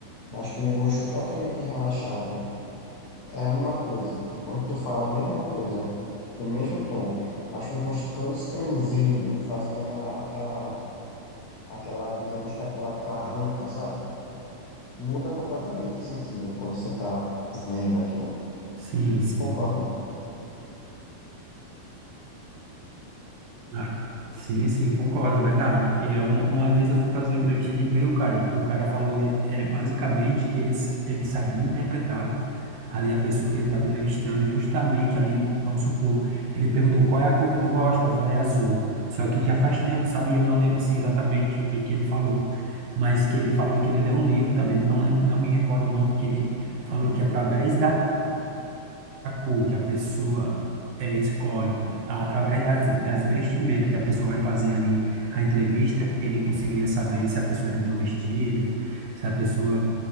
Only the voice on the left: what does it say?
mas com o rosto totalmente relaxado, é uma coisa. Quando tu fala a mesma coisa, com o mesmo tom, mas com o rosto todo franzindo, fazendo aquela, aquela, aquela, digamos que aquela carranca, sabe? Muda completamente o sentido quando você tá vendo aquilo.
Concorda?